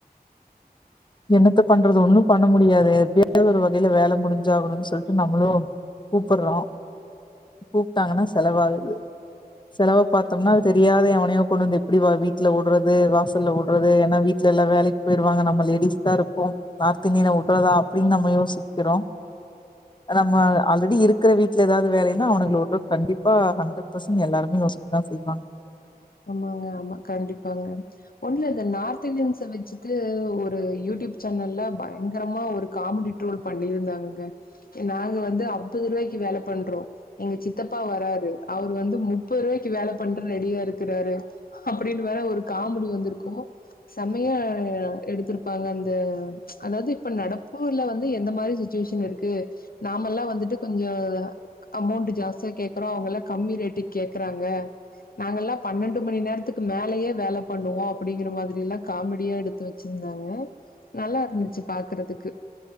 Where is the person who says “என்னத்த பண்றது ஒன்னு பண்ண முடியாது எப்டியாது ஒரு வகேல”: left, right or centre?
Left